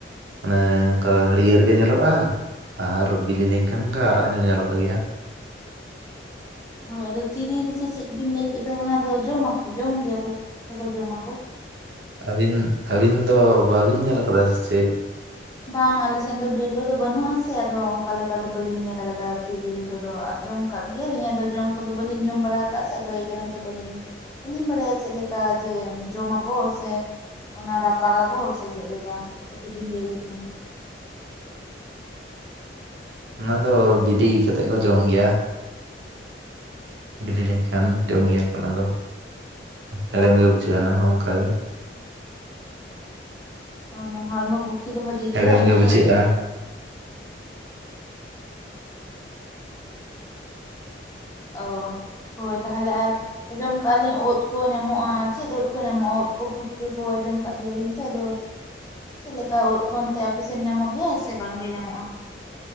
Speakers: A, on the right; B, on the left.
A: ᱢᱟᱱᱮ ᱚᱱᱠᱟ ᱦᱟᱹᱲᱭᱟᱹᱨ ᱜᱮ ᱧᱮᱞᱚᱜᱼᱟ ᱾ ᱟᱨ ᱵᱤᱞᱤ ᱞᱮᱱ ᱠᱷᱟᱱ ᱜᱮ ᱟᱨᱟᱜ ᱧᱚᱜ ᱧᱮᱞᱚᱜ ᱜᱮᱭᱟ᱾
B: ᱦᱳᱭ ᱟᱫᱚ ᱛᱤᱨᱤᱞ ᱥᱮ ᱪᱮᱫ ᱵᱤᱱ ᱞᱟᱹᱭ ᱠᱮᱫ ᱫᱚ ᱚᱱᱟ ᱫᱚ ᱡᱚᱢᱟᱠᱚ ᱡᱚᱢ ᱜᱮᱭᱟ ᱠᱚ ᱪᱮᱫ <inaudible> ᱠᱚ ᱡᱚᱢᱟᱠᱚ
A: ᱟᱹᱵᱤᱱ ᱟᱹᱵᱤᱱ ᱫᱚ ᱵᱟᱵᱤᱱ ᱧᱮᱞ ᱟᱠᱟᱫᱟ ᱥᱮ ᱪᱮᱫ?
B: ᱵᱟᱝ ᱟᱞᱮᱥᱱ ᱫᱚ ᱵᱤᱨ ᱠᱚᱫᱚ ᱵᱟᱹᱱᱩᱜ ᱟᱥᱮ ᱟᱫᱚ ᱚᱱᱠᱟ ᱞᱮᱠᱟ ᱫᱚ ᱵᱟᱹᱞᱤᱧ ᱧᱮᱞ ᱟᱠᱟᱫᱟ ᱛᱤᱨᱤᱞ ᱠᱚᱫᱚ ᱟᱨ ᱼᱼ ᱡᱚᱢ ᱠᱟᱜ ᱜᱮᱭᱟᱞᱤᱧ ᱟᱫᱚ ᱡᱚᱢ ᱠᱚᱫᱚ ᱵᱟᱹᱞᱤᱧ ᱡᱚᱢ ᱵᱟᱲᱟ ᱟᱠᱟᱫᱼᱟ ᱥᱮ ᱟᱫᱚ ᱮᱭ ᱠᱟᱨᱚᱱ ᱛᱮ ᱵᱟᱹᱞᱤᱧ ᱵᱟᱹᱞᱤᱧ ᱵᱟᱲᱟᱭᱟ ᱪᱮᱫ ᱞᱮᱠᱟ ᱡᱮ ᱡᱚᱢᱟᱠᱚ ᱥᱮ ᱼᱼ ᱚᱱᱟ ᱨᱟᱯᱟᱜᱟᱠᱚ ᱥᱮ ᱪᱮᱫ ᱞᱮᱠᱟ ᱠᱟᱹᱴᱤᱡ ᱵᱤᱱ ᱞᱟᱹᱭ ᱞᱮᱠᱷᱟᱱ᱾
A: ᱚᱱᱟ ᱫᱚ ᱵᱤᱞᱤ ᱠᱟᱛᱮᱜ ᱠᱚ ᱡᱚᱢ ᱜᱮᱭᱟ᱾ ᱵᱤᱞᱤ ᱞᱮᱱᱠᱷᱟᱱ ᱡᱚᱢ ᱜᱮᱭᱟᱠᱚ ᱚᱱᱟ ᱫᱚ ᱦᱮᱲᱮᱢ
B: ᱚ
A: ᱜᱮ ᱵᱩᱡᱷᱟᱹᱜᱼᱟ ᱚᱱᱟ ᱦᱚᱸ ᱚᱱᱠᱟᱜᱮ᱾
B: ᱢᱟᱱᱮ ᱦᱚᱲᱢᱚ ᱯᱩᱠᱷᱽᱤ ᱫᱚ ᱵᱷᱟᱜᱤ ᱜᱮᱭᱟ
A: ᱦᱮᱲᱮᱢ
B: ᱚᱱᱟ
A: ᱜᱮ ᱵᱩᱡᱷᱟᱹᱜᱼᱟ
B: ᱫᱚ? ᱚ ᱦᱳᱭ ᱛᱟᱦᱚᱞᱮ ᱟᱨ ᱼᱼ ᱟᱸᱡᱚᱢ ᱠᱟᱜᱼᱟ ᱞᱤᱧ ᱩᱛ ᱠᱚ ᱧᱟᱢᱚᱜᱼᱟ ᱪᱮᱫ ᱩᱫ ᱠᱚ ᱧᱟᱢᱚᱜᱼᱟ ᱚᱛ ᱠᱚ ᱯᱩᱴᱠᱟᱹ ᱠᱚ ᱟᱸᱡᱚᱢ ᱠᱟᱜ ᱜᱮᱭᱟᱞᱤᱧ ᱛᱚ ᱟᱫᱚ ᱪᱮᱫ ᱞᱮᱠᱟ ᱩᱫ ᱠᱚ ᱚᱱᱛᱮ ᱟᱯᱮᱥᱮᱫ ᱧᱟᱢᱚᱜ ᱜᱮᱭᱟ ᱥᱮ ᱵᱟᱝᱜᱮ ᱧᱟᱢᱚᱜᱼᱟ?